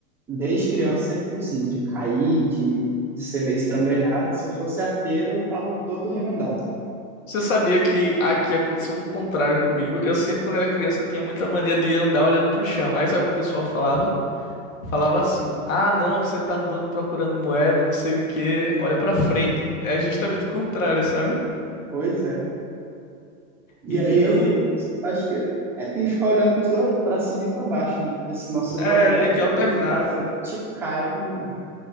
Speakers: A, in the centre; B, on the left (about 65°).
A: desde criança sempre fui assim, de cair, de, de ser meio estrambelhado. Se eu fosse arteiro, eu tava todo remendado.
B: Você sabia que aqui aconteceu o contrário comigo? Eu sempre, quando era criança, tinha muita mania de andar olhando pro chão. Aí sabe o que o pessoal falava? Falava assim: "Ah, não, você tá andando procurando moeda, não sei o quê, olha pra frente". É justamente o contrário, sabe?
A: Pois é. E
B: E
A: aí eu acho que é, tem que ficar olhando para os dois, para cima e para baixo, né? Porque senão você
B: é,
A: tropeça,
B: tem que alternar.
A: se for para frente, cai com,